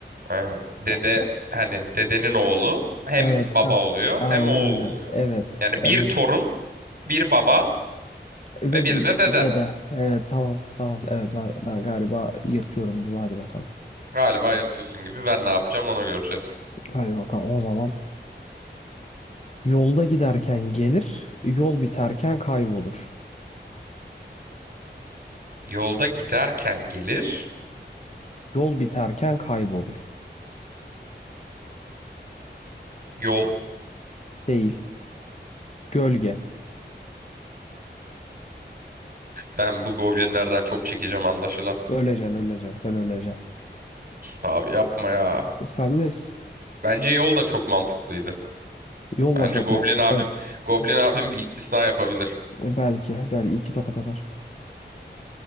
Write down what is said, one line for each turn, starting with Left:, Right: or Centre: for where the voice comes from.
Right: Aynen. Dede
Left: Eh,
Right: hani dedenin oğlu hem
Left: Evet
Right: baba
Left: ha.
Right: oluyor
Left: Aynen
Right: hem oğul
Left: öyle.
Right: oluyor.
Left: Evet.
Right: Yani
Left: Evet.
Right: bir torun Bir baba
Left: Ve
Right: ve bir
Left: bir
Right: de dede.
Left: dede. Evet tamam. Tamam. Evet ben, ben galiba yırtıyorum gibi. Hadi bakalım.
Right: Galiba yırtıyorsun gibi ben ne yapacağım onu göreceğiz.
Left: Hadi bakalım. O zaman Yolda giderken gelir, yol biterken kaybolur.
Right: Yolda giderken gelir.
Left: Yol biterken kaybolur.
Right: Yol.
Left: Değil. Gölge.
Right: Ben bu goblinlerden çok çekeceğim anlaşılan.
Left: Öleceksin, öleceksin, sen öleceksin.
Right: Abi yapma ya.
Left: Sen de s-
Right: Bence yol da çok mantıklıydı.
Left: yolla
Right: Bence
Left: çok
Right: goblin
Left: mal.
Right: abim
Left: Evet,
Right: goblin abim bir istisna yapabilir.
Left: belki, belki iki tokat atar.